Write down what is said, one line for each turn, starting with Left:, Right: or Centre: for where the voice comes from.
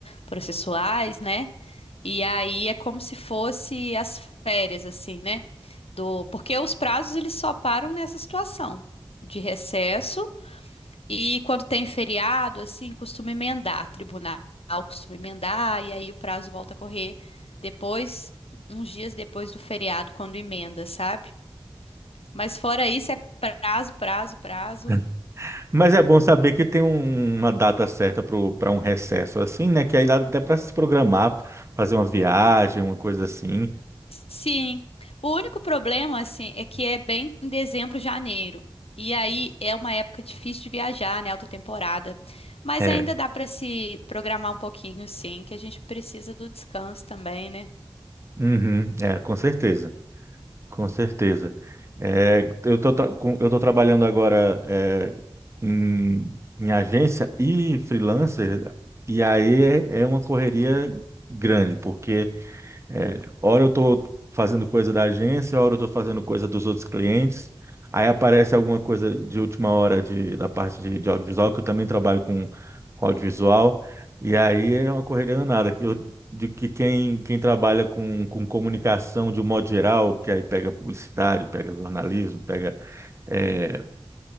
Left: processuais, né? E aí é como se fosse as férias, assim, né? Do... Porque os prazos eles só param nessa situação de recesso e quando tem feriado, assim, costuma emendar, tribunal costuma emendar e aí o prazo volta a correr depois, uns dias depois do feriado, quando emenda, sabe? Mas fora isso é prazo, prazo, prazo.
Right: <laughs> Mas é bom saber que tem um- uma data certa para um recesso assim, né? Que aí dá até para se programar, fazer uma viagem, uma coisa assim.
Left: Sim. O único problema, assim, é que é bem em dezembro, janeiro. E aí é uma época difícil de viajar, né? Alta temporada. Mas
Right: É,
Left: ainda dá para se programar um pouquinho, sim, que a gente precisa do descanso também, né?
Right: uhum, é, com certeza, com certeza. É, eu tô, tra- com- eu tô trabalhando agora é, em, em agência e freelancer, e aí é, é uma correria grande, porque É, hora eu estou fazendo coisa da agência, hora eu estou fazendo coisa dos outros clientes. Aí aparece alguma coisa de última hora de, da parte de, de audiovisual, que eu também trabalho com, com audiovisual. E aí é uma correria danada. que Eu digo que quem, quem trabalha com, com comunicação de um modo geral, que aí pega publicidade, pega jornalismo, pega é,